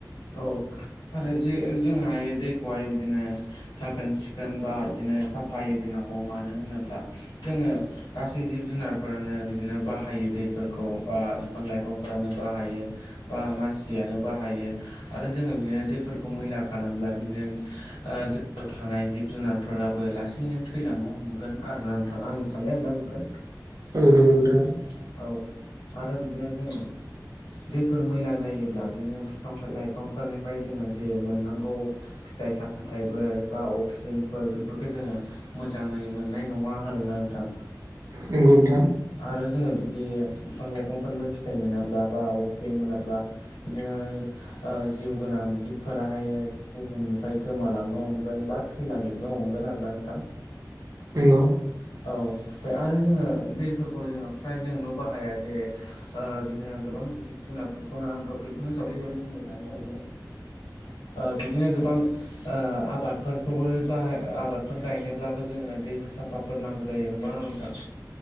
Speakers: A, on the left (about 85°); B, on the right (about 50°).
A: औ आरो जि जोंहाय दैखौहाय बिदिनो साखोन सिखोन बा इदिनो साफाय दिननांगौ मानो होनोब्ला जोङो गास सै जिब जुनारफोरानो बिदिनो बाहायो दैफोरखौ बा बिफां लाइफांफोरानो बाहायो। बा मानसियानो बाहायो आरो जोङो बिदिनो दैफोरखौ मैला खालामब्ला बिदिनो ओ दैयाव थानाय जिब जुनारफोराबो लासैनो थैलांनो हमगोन आरो ना नोंथां आंनि साननाय आरो
B: नंगौ नोंथां
A: ना औ आरो बिदिनो जोङो दैफोर मैला जायोब्ला बिनो बिफां लाइफांफोरनिफ्राय जोङो जे मोननांगौ फिथाइ सा सामथायफोर बा अक्सिजेनफोर बेफोरखौ जोङो मोजाङै मोननाय नङा आरोना नोंथां।
B: नोंगौ नोंथां।
A: आरो जोङो बिदि बिफां लाइफांफोरनिबो फिथाइ मोनाब्ला बा अक्सिजेन मोनाब्ला बिदिनो ओ जिउ गोनां जिबफोराहायो बुहुमनि फ्राय गोमालांनो हमगोन बा थैलांजोबनो हमगोन आरोना नोंथां।
B: नोंगौ।
A: औ बे आरो जोङो दैफोरखौ जोंहा फ्राय जोंल' बाहाया जे ओ बिदिनो गोबां जिब जुनारफोरखौ बेखौनो जावले जावले बुंबाय थानाय जाबायलै ओ बिदिनो गोबां ओ आबादफोरखौबो बा आबादफोर गायनोब्लाबो जोङो दै साफाफोर नांगौ जायो। नंगौ ना नङा नोंथां?